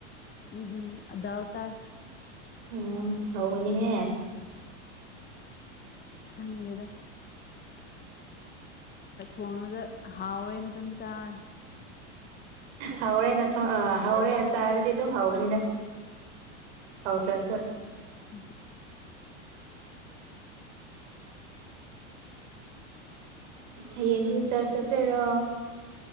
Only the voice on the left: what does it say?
ꯎꯝ ꯗꯥꯜ ꯆꯥꯏ
ꯈꯪꯂꯦꯗ ꯊꯣꯡꯂꯒ ꯍꯥꯎꯔꯦꯅ ꯑꯗꯨꯝ ꯆꯥꯔꯦ
ꯎꯝ